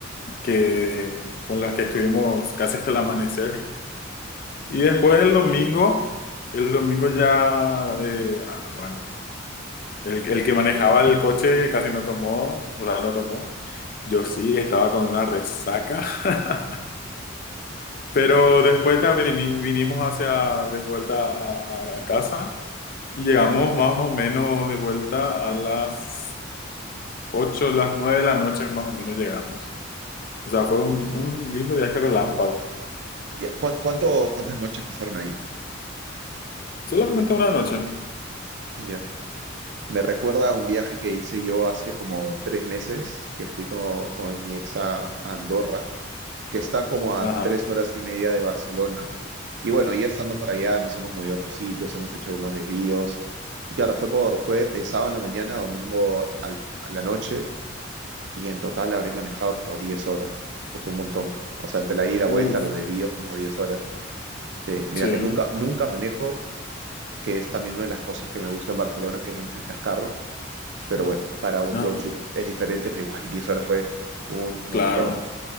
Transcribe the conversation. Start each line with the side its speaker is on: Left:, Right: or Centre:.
Left: que, con las que estuvimos casi hasta el amanecer. Y después el domingo, el domingo ya, eh, ah, bueno, el, el que manejaba el coche casi no tomó, o sea, no tomó. Yo sí estaba con una resaca. <laughs> Pero después ya vini- vinimos hacia, de vuelta a, a- a casa y llegamos más o menos de vuelta a las 8 las 9 de la noche más o menos llegamos. O sea, fue un, un lindo viaje relámpago.
Right: Ya, ¿cuán- ¿Cuánto, cuántas noches pasaron ahí?
Left: Solamente una noche.
Right: Ya. Me recuerda a un viaje que hice yo hace como tres meses, que fui con, con mi ex a a Andorra que está como a
Left: Ajá.
Right: tres horas y media de Barcelona. Y bueno, ya estando para allá, nos hemos movido a otros sitios, hemos hecho unos desvíos. Y claro, fue por, fue de sábado en la mañana a domingo al- a la noche, y en total habré manejado como 10 horas, que fue un montón. O sea, entre la ida, y la
Left: Uf,
Right: vuelta, los desvíos, como 10 horas. Sí, mira
Left: sí.
Right: que nunca, nunca manejo, que es también una de las cosas que me gusta en Barcelona, que no necesitas carro. Pero bueno, para un
Left: Ajá.
Right: road trip es diferente, pero igual 10 horas fue un montón.
Left: Claro.